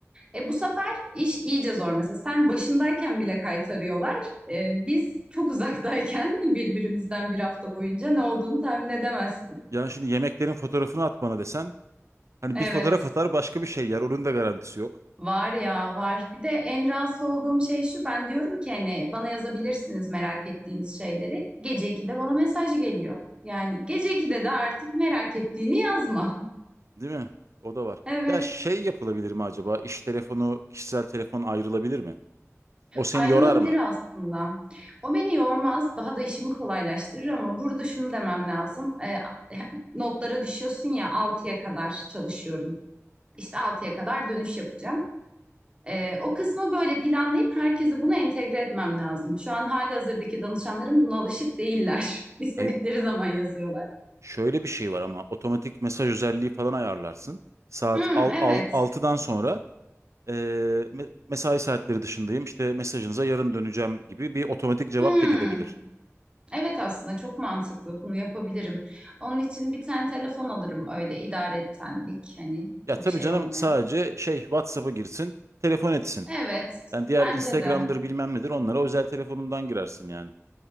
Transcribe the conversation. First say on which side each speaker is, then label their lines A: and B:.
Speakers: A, on the right; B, on the right.
A: E bu sefer iş iyice zor mesela. Sen başındayken bile kaytarıyorlar. E, biz çok uzaktayken <laughs> birbirimizden bir hafta boyunca ne olduğunu tahmin edemezsin.
B: Yani şimdi yemeklerin fotoğrafını at bana desen. Hani
A: Evet.
B: bir fotoğraf atar başka bir şey yer. Onun da garantisi yok.
A: Var ya var. Bir de en rahatsız olduğum şey şu. Ben diyorum ki hani bana yazabilirsiniz merak ettiğiniz şeyleri. Gece 2'de bana mesaj geliyor. Yani gece 2'de de artık merak ettiğini yazma. <laughs>
B: Değil mi? O da var.
A: Evet.
B: Ya şey yapılabilir mi acaba? İş telefonu, kişisel telefon ayrılabilir mi? O seni
A: Ayrılabilir
B: yorar mı?
A: aslında. O beni yormaz. Daha da işimi kolaylaştırır ama burada şunu demem lazım. Ee, <laughs> notlara düşüyorsun ya altıya kadar çalışıyorum. İşte altıya kadar dönüş yapacağım. Ee, o kısmı böyle planlayıp herkese bunu entegre etmem lazım. Şu an halihazırdaki danışanlarım buna alışık değiller. <laughs> İstedikleri
B: Hayır.
A: zaman yazıyorlar.
B: Şöyle bir şey var ama otomatik mesaj özelliği falan ayarlarsın. Saat
A: Hmm,
B: al,
A: evet.
B: al, altıdan sonra e, me- mesai saatleri dışındayım. işte mesajınıza yarın döneceğim gibi bir otomatik cevap
A: Hmm,
B: da gidebilir.
A: evet aslında çok mantıklı. Bunu yapabilirim. Onun için bir tane telefon alırım öyle idaretenlik hani
B: Ya
A: çok
B: tabii
A: şey
B: canım
A: olmayan.
B: sadece şey WhatsApp'a girsin, telefon etsin.
A: Evet,
B: Yani diğer
A: bence
B: Instagram'dır
A: de.
B: bilmem nedir onlara özel telefonundan girersin yani.